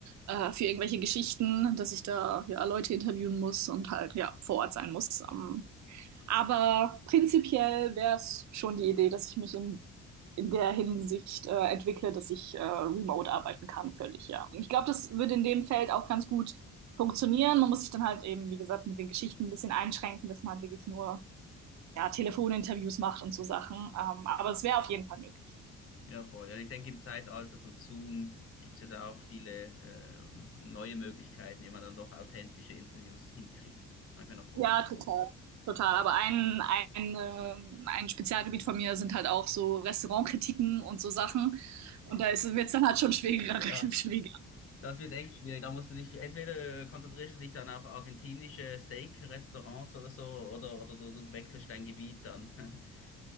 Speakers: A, on the right (about 65°); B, on the left (about 50°).
A: äh, für irgendwelche Geschichten, dass ich da ja Leute interviewen muss und halt ja vor Ort sein muss. Ähm, aber prinzipiell wäre es schon die Idee, dass ich mich in, in der Hinsicht äh, entwickle, dass ich äh, remote arbeiten kann, völlig, ja. Und ich glaube, das würde in dem Feld auch ganz gut funktionieren. Man muss sich dann halt eben, wie gesagt, mit den Geschichten ein bisschen einschränken, dass man wirklich nur ja, Telefoninterviews macht und so Sachen. Ähm, aber es wäre auf jeden Fall möglich.
B: Ja, voll. Ja, ich denke, im Zeitalter von Zoom gibt es ja da auch viele ähm, neue Möglichkeiten, wie man dann doch authentische Interviews hinkriegt. Kann ich mir noch vorstellen.
A: Ja, total. Total. Aber ein, ein, äh, ein Spezialgebiet von mir sind halt auch so Restaurantkritiken und so Sachen.
B: Okay.
A: Und da wird es dann halt schon schwieriger,
B: Ja,
A: <laughs> schwieriger.
B: Das wird echt schwierig. Da musst du dich, entweder konzentrierst du dich dann auf argentinische Steak-Restaurants oder so, oder, oder du, du wechselst dein Gebiet dann. <laughs>